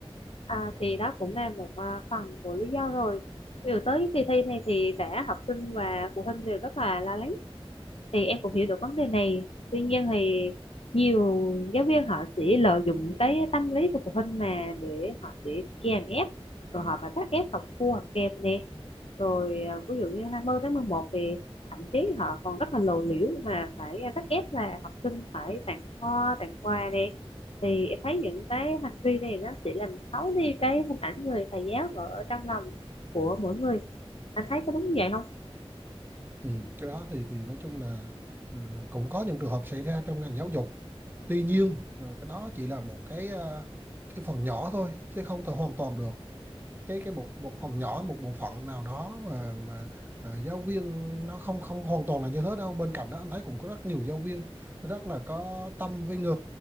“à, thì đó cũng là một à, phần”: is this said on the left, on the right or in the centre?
Left